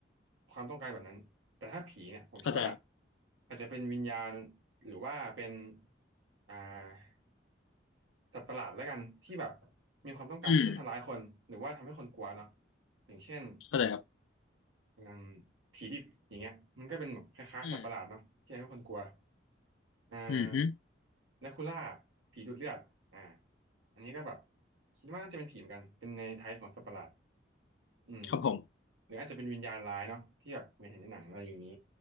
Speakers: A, on the right; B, on the left.
A: ความต้องการแบบนั้นแต่ถ้าผีเนี่ยผมคิดว่า
B: เข้าใจครับ
A: อาจจะเป็นวิญญาณหรือว่าเป็นอ่าสัตว์ประหลาดแล้วกันที่แบบมีความต้องการที่จะทำร้ายคนหรือว่าทำให้คนกลัวเนาะ
B: อืม
A: อย่างเช่น
B: เข้าใจครับ
A: อืมผีดิบอย่างเงี้ยมันก็เป็นแบบคล้ายๆสัตว์ประหลาดเนาะที่ทำให้คนกลัว
B: อืม
A: อ่า
B: อืมฮึ
A: แดคูล่าผีดูดเลือดอ่าอันนี้ก็แบบคิดว่าน่าจะเป็นผีเหมือนกันเป็นในไทยของสัตว์ประหลาด อืม
B: ครับผม
A: หรืออาจจะเป็นวิญญาณร้ายเนาะที่แบบเหมือนเห็นในหนังอะไรอย่างนี้